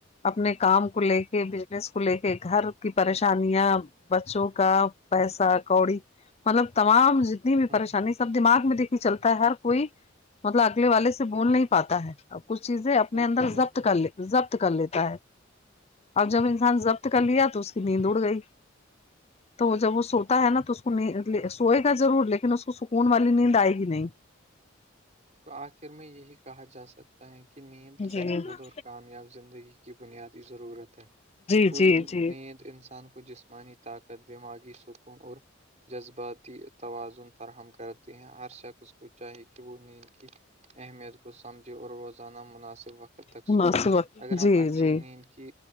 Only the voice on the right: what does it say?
ہ
بالکل
بالکل
<inaudible>
آخر میں یہی کہا جا سکتا ہے کہ نیند
صحت مند اور کامیاب زندگی کی بنیادی ضرورت ہے پوری
نیند انسان کو جسم انی طاقت دماغی سکون اور جذباتی توازن فراہم کرتے ہیں ہر شخ اس کو چاہی کہ وہ نیند کی اہمیت کو سمجھے اور روزانہ مناسب وقت تک سو
اگر ہم
اچھی
نیند کی